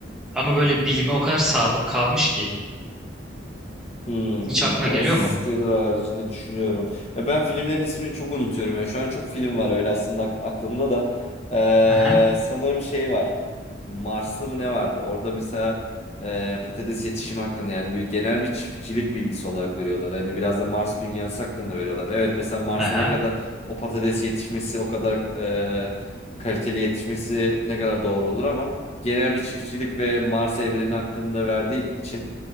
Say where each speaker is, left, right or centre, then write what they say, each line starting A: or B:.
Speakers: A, in the centre; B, on the left.
A: ama böyle bilime o kadar sadık kalmış ki.
B: Hmm,
A: Hiç
B: Interstellar
A: aklına geliyor mu?
B: haricinde düşünüyorum. Ya ben filmlerin ismini çok unutuyorum. ya şu an çok film var öyle aslında ak- aklımda da. Ee,
A: Aha.
B: sanırım şey var. Marslı mı ne vardı? Orada mesela e, patates yetişimi hakkında yani bir genel bir çiftçilik bilgisi olarak veriyorlar. Hani biraz da Mars dünyası hakkında veriyorlar. Evet mesela Mars'ta
A: Aha.
B: ne kadar o patates yetişmesi o kadar e, kaliteli yetişmesi ne kadar doğru olur ama genel bir çiftçilik ve Mars evreni hakkında verdiği için